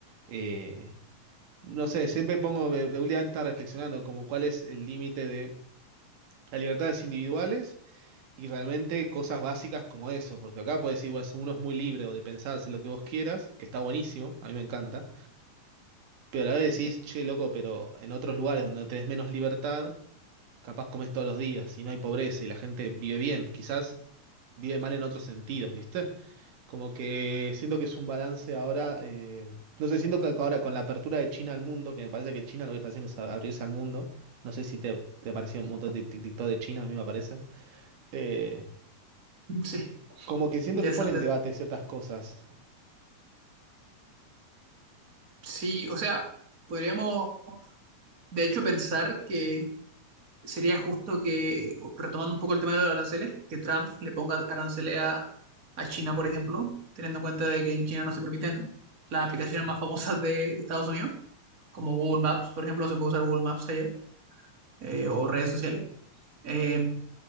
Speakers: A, on the right; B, on the right.
A: Eh, no sé, siempre pongo, de de últimamente estaba reflexionando como cuál es el límite de las libertades individuales y realmente cosas básicas como eso, porque acá puedes decir, bueno, uno es muy libre o de pensar en lo que vos quieras, que está buenísimo, a mí me encanta, pero a la vez decís, che, loco, pero en otros lugares donde tenés menos libertad, capaz comes todos los días y no hay pobreza y la gente vive bien, quizás vive mal en otros sentidos, ¿viste? Como que siento que es un balance ahora, eh, no sé, siento que ahora con la apertura de China al mundo, que me parece que China lo que está haciendo es a- abrirse al mundo, no sé si te, te ha parecido un montón de tic- TikTok de China, a mí me aparecen, eh,
B: <laughs> Sí,
A: como que siento
B: interesante.
A: que pone en debate ciertas cosas.
B: Sí, o sea, podríamos de hecho pensar que sería justo que, retomando un poco el tema de los aranceles, que Trump le ponga aranceles a, a China, por ejemplo, teniendo en cuenta de que en China no se permiten las aplicaciones más famosas de, de Estados Unidos, como Google Maps, por ejemplo, no se puede usar Google Maps allá, eh, o redes sociales. Eh,